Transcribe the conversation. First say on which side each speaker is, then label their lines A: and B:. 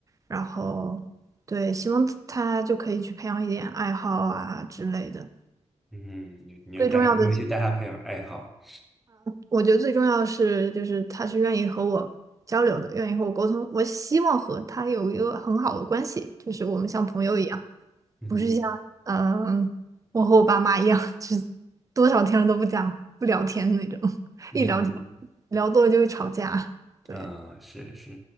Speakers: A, on the right; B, in the centre.
A: 然后对，希望他就可以去培养一点爱好啊之类的。
B: 嗯哼，你你要带他，
A: 最重要的，
B: 你要去带他培养爱好。
A: 我觉得最重要的是，就是他是愿意和我交流的，愿意和我沟通。我希望和他有一个很好的关系，就是我们像朋友一样。
B: 嗯哼
A: 不是像嗯、我和我爸妈一样，<laughs> 就是多少天了都不讲不聊天那种，<laughs>
B: 嗯哼。
A: 一聊天聊多了就会吵架。对，
B: 嗯，是是，